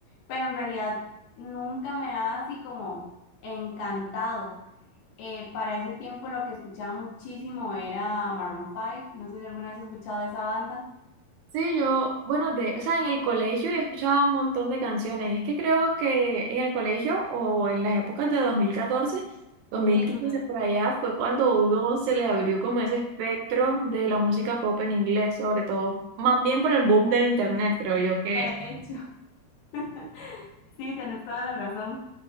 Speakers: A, on the left (about 75°); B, on the right (about 75°).
A: pero en realidad nunca me ha así como encantado. Eh, para ese tiempo lo que escuchaba muchísimo era Maroon 5, no sé si alguna vez has escuchado esa banda.
B: Sí, yo, bueno, de, o sea, en el colegio he escuchado un montón de canciones. Es que creo que en el colegio o en las épocas de dos dos mil catorce dos mil
A: Ujú.
B: quince por allá fue cuando a uno se le abrió como ese espectro de la música pop en inglés, sobre todo, más bien por el boom del internet, creo yo que
A: De
B: es.
A: hecho, <laughs> sí, tenés toda la razón.